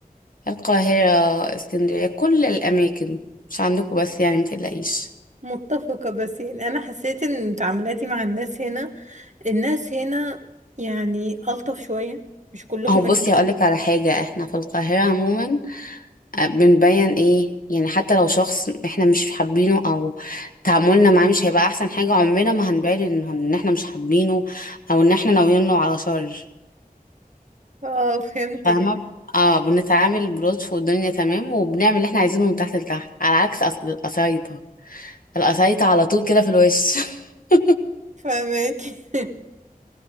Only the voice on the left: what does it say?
القاهرة اسكندرية كل الاماكن مش عندكم بس يعني متقلقيش
اهو
بصي هقولك على حاجة احنا في القاهرة عموما آه، بنبين ايه يعني حتى لو شخص احنا مش حابينه او تعاملنا معاه مش هيبقى احسن حاجة عمرنا ما هنبين ان ان احنا مش حابينه او ان احنا ناويين له على شر
فاهمة اه بنتعامل بلطف والدنيا تمام وبنعمل اللي احنا عايزينه من تحت لتحت على عكس أس- القسايطة القسايطة على طول كده في الوش <laughs>